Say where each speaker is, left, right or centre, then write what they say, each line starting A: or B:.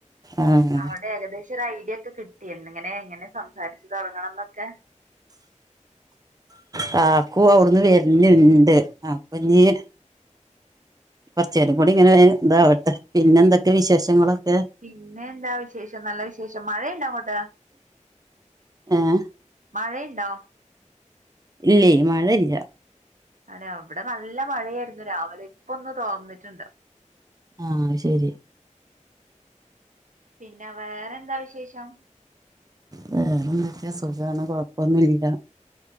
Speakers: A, on the right; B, on the right.
A: ആഹ്
B: അവടെ ഏകദേശൊരു ഐട്യഒക്കെ കിട്ടി എന്നങ്ങനെ ഇങ്ങനെ സംസാരിച്ച് തൊടങ്ങണംന്നൊക്കെ
A: കാക്കു അവിട്ന്ന് വരുന്നിണ്ട് അപ്പെഞ് കൊറ്ച്ചുരം കൂടി ഇങ്ങനെ ഇതാവട്ടെ പിന്നെ എന്തൊക്കെ വിശേഷങ്ങളൊക്കെ
B: പിന്നെ എന്താ വിശേഷം നല്ല വിശേഷം മഴയുണ്ടൊ അങ്ങോട്ട്
A: ഏഹ്
B: മഴ ഇണ്ടോ
A: ഇല്ലേ മഴ ഇല്ല
B: അതെ അവ്ടെ നല്ല മഴെ ആയിരുന്നു രാവിലെ ഇപ്പൊന്ന് തോർന്നിട്ടുണ്ട്
A: ആഹ് അഹ് ശെരി
B: പിന്നെ വേറെ എന്താ വിശേഷം
A: വേറെന്തൊക്കാ സുഖാണ് കൊഴപ്പൊന്നും ഇല്ല